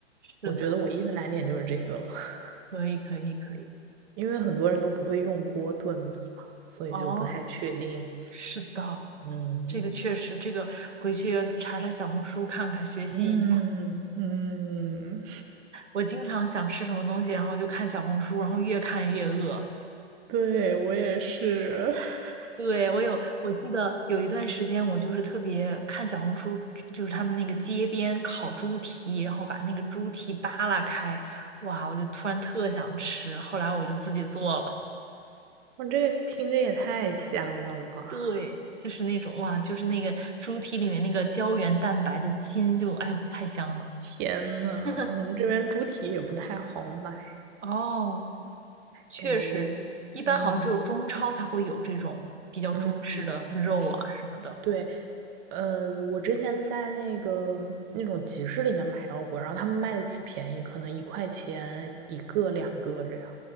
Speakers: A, on the right (about 80°); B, on the right (about 25°).
A: 是的，
B: 我觉得唯一的难点就是这个了，<laughs>
A: 可以，可以，可以。
B: 因为很多人都不会用锅炖米嘛，所以就不太确定。
A: 哦，是的，
B: 嗯
A: 这个确实，这个回去查查小红书看看，学习一下。
B: 嗯嗯，
A: 我经常想吃什么东西，然后就看小红书，然后越看越饿。
B: 对，我也是，<laughs>
A: 对，我有，我记得有一段时间，我就是特别看小红书，就是他们那个街边烤猪蹄，然后把那个猪蹄扒拉开，哇，我就突然特想吃，后来我就自己做了。
B: 我这个听着也太香了吧！
A: 对，就是那种哇，就是那个猪蹄里面那个胶原蛋白的筋就，哎呦，太香了
B: 天呐，
A: <laughs>。
B: 我们这边猪蹄也不太好买，
A: 哦，确实，
B: 感觉，
A: 一般好像只有中超才会有这种比较中式的肉啊什么的。
B: 嗯嗯嗯，对。呃，我之前在那个那种集市里面买到过，然后他们卖的巨便宜，可能一块钱一个、两个这样，